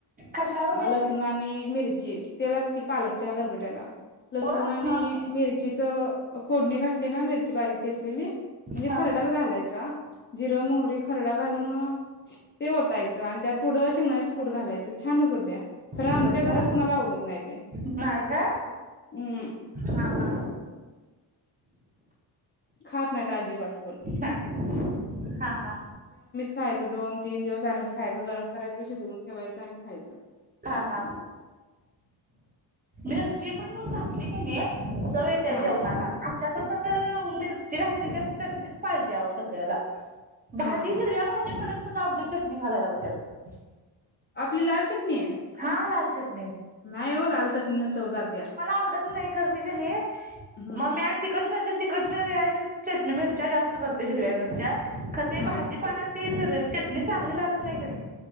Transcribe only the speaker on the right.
कशामध्ये
व
हा
हा
होय
का
नाही का
हा हा
ह हा हा
हा हा मिरची पण नुसता घातली की नाही. सगळी त्या
जेवणाला आमच्या तरी पण मिरची घातली की चटणीच पाहिजे आहो सगळ्याला
भाजी
हिरव्या भाजी परास आमच्यात चटणी घालायला लावत्यात.
हा लाल चटणी आहे.
आवडत नाही करते कणी
मम्मी आणि तिकट न तिकट पणा यायसाठीच चटणी मिरच्या जास्त करतोय हिरव्या मिरच्या खरं ते
भाजीपाला ते अ.. चटणी चांगली लागत नाही कनी